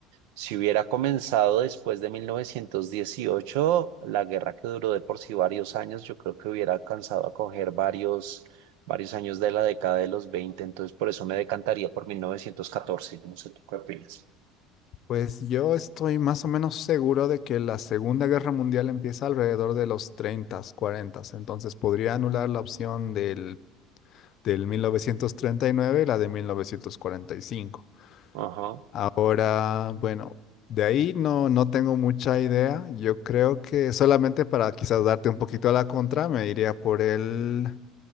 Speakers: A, on the right (about 75°); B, on the left (about 50°).
A: Si hubiera comenzado después de 1918 la guerra que duró de por sí varios años, yo creo que hubiera alcanzado a coger varios, varios años de la década de los 20. entonces por eso me decantaría por 1914, yo no sé tú qué opinas.
B: Pues yo estoy más o menos seguro de que la Segunda Guerra Mundial empieza alrededor de los 30, 40, entonces podría anular la opción del, del mil novecientos treinta y nueve, y la de 1945.
A: Ajá.
B: Ahora, bueno, de ahí no, no tengo mucha idea. Yo creo que solamente para quizás darte un poquito a la contra, me iría por el,